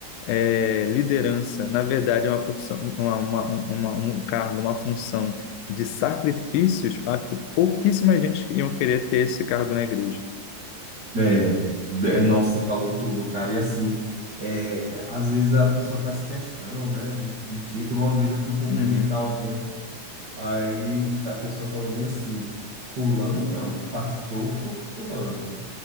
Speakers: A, on the left; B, on the right.
A: é, liderança, na verdade, é uma profissão, uma, uma, uma, um cargo, uma função de sacrifícios, Pouquíssima gente que iam querer ter esse cargo na igreja.
B: É, é, nossa, você falou tudo, cara. E assim, é, às vezes a pessoa faz questão, né, de, de título. Uma vez eu fui cumprimentar
A: Uhum.
B: alguém, aí a pessoa falou bem assim: Fulano não, Pastor Fulano.